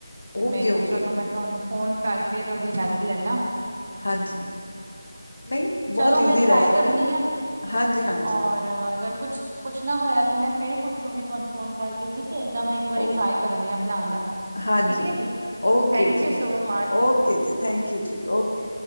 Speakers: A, on the right; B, on the left.
A: ਤੇ ਮੈਂ
B: ਓਕੇ,
A: ਕਿਹਾ
B: ਓਕੇ
A: ਚਲੋ ਮੈਂ ਤੁਹਾਨੂੰ ਫੋਨ ਕਰਕੇ ਤੁਹਾਡੀ ਹੈਲਪ ਲੈ ਲਾਂ।
B: ਹਾਂਜੀ ਨਹੀਂ ਬਹੁਤ
A: ਚਲੋ
B: ਈਜ਼ੀ
A: ਮੈਂ ਟਰਾਈ
B: ਰੈਸਪੀ
A: ਕਰਨੀ
B: ਹੈ
A: ਆ
B: ਹਾਂਜੀ-ਹਾਂਜੀ।
A: ਔਰ ਅਗਰ ਕੁੱਛ ਪੁੱਛਣਾ ਹੋਇਆ ਤੇ ਮੈਂ ਫੇਰ ਪੁੱਛਾਂਗੀ ਤੁਹਾਨੂੰ ਫੋਨ ਕਰਕੇ ਠੀਕ ਹੈ ਏਦਾਂ ਮੈਂ ਵਾਰੀ
B: ਓਕੇ
A: ਟਰਾਈ ਕਰਨੇ ਆ ਬਣਾਉਣ ਦਾ
B: ਹਾਂਜੀ
A: ਠੀਕ ਹੈ ਜੀ
B: ਓਕੇ
A: ਥੈਂਕ
B: ਜੀ
A: ਯੂ ਸੋ ਮਚ
B: ਓਕੇ ਜੀ ਥੈਂਕ ਯੂ ਜੀ ਓਕੇ